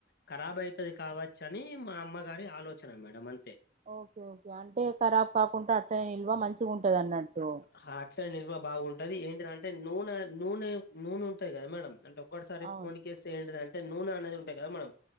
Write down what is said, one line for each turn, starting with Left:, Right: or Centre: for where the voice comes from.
Left: కరాబ్ అయితది కావచ్చు అని మా అమ్మగారి ఆలోచన మేడం అంతే
Right: ఓకే ఓకే అంటే కరాబ్ కాకుండా అట్ల నిల్వ మంచిగుంటది అన్నట్టు
Left: హా అట్లా నిల్వ బాగుంటది ఏంటిదంటే నూనె నూనె నూనె ఉంటది కదా మేడం అంటే ఒక్కసారి
Right: అవును
Left: పోనికేస్తే ఏంటిదంటే నూనె అనేది ఉంటది కదా మనం